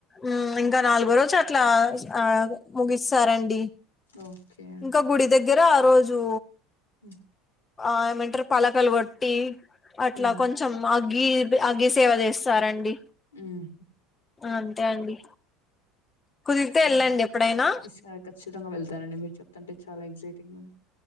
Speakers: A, on the left; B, on the left.
A: మ్మ్ ఇంకా నాలుగోరోజట్లా ఆ ముగిస్తారండి
B: ఓకే
A: ఇంకా గుడి దగ్గర ఆ రోజు
B: మ్మ్
A: ఆ ఏమంటారు పలకలు వట్టి అట్లా
B: హ్మ్.
A: కొంచెం కొంచెం అగ్గి అగ్గి సేవ చేస్తారండి
B: మ్మ్
A: అంతే అండి కుదిరితే
B: సరే.
A: వెళ్ళండి ఎప్పుడైనా
B: ఈసారి ఖచ్చితంగా వెళ్తానండి మీరు చెప్తుంటే చాలా ఎక్సైటింగా ఉంది